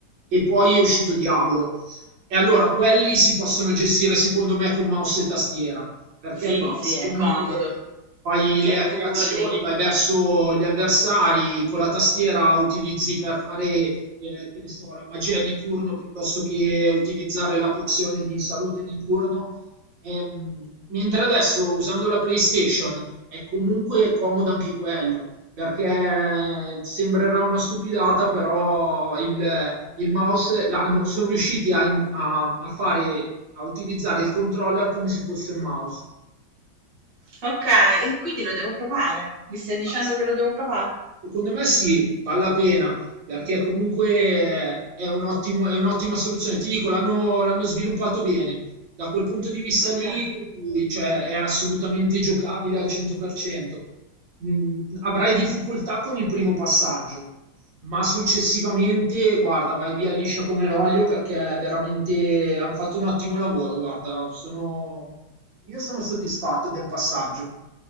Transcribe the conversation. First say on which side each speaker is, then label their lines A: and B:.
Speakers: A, on the right; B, on the right.
A: e poi è uscito Diablo. E allora quelli si possono gestire secondo me con mouse e tastiera, perché
B: Sì,
A: il mouse
B: sì, è
A: comunque
B: comodo.
A: fai
B: È
A: le,
B: a turni.
A: le azioni, vai verso gli avversari, con la tastiera utilizzi per fare eh, che ne so, la magia di turno piuttosto che utilizzare la pozione di salute di turno. Ehm, mentre adesso usando la PlayStation è comunque comodo anche quello, perché eh, sembrerà una stupidata, però il, il mouse l'hanno- sono riusciti a, a- a fare, a utilizzare il controller come se fosse un mouse.
B: Okay, e quindi lo devo provare. Mi stai dicendo
A: Basta.
B: che lo devo provare?
A: Secondo me sì, vale la pena, perché comunque eh, è un ottimo- è un'ottima soluzione. Ti dico, l'hanno l'hanno sviluppato bene. Da quel punto di vista
B: Oka
A: lì, cioè, è assolutamente giocabile al 100%. Mm, Avrai difficoltà con il primo passaggio, ma successivamente, guarda, vai via liscia come l'olio perché è veramente hanno fatto un ottimo lavoro. Guarda, sono... io sono soddisfatto del passaggio.